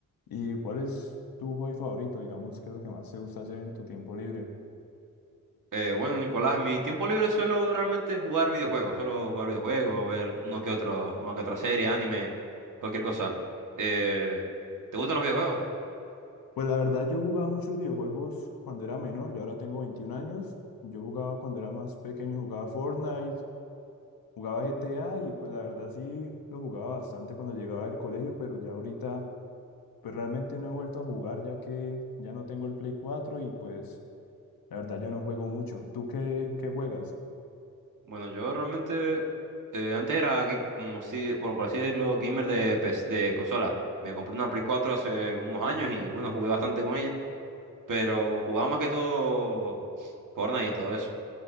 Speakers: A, on the left; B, on the right.
A: ¿Y cuál es tu hobby favorito? Digamos, ¿qué es lo que más te gusta hacer en tu tiempo libre?
B: Eh, bueno, Nicolás, en mi tiempo libre suelo realmente jugar videojuegos, suelo jugar videojuegos, ver uno que otro, una que otra serie, anime, cualquier cosa. Eh, ¿te gustan los videojuegos?
A: Pues la verdad, yo jugaba muchos videojuegos cuando era menor, yo ahora tengo 21 años. Yo jugaba cuando era más pequeño, jugaba Fortnite, jugaba GTA y pues la verdad sí lo jugaba bastante cuando llegaba del colegio, pero ya ahorita pues realmente no he vuelto a jugar ya que ya no tengo el Play 4 y pues la verdad ya no juego mucho. ¿Tú qué, qué juegas?
B: Bueno, yo realmente eh, antes era ga- como si, por, por así decirlo, gamer de, PS de consola. Me compré una Play 4 hace unos años y bueno, jugué bastante con ella, pero jugaba más que todo Fortnite y todo eso.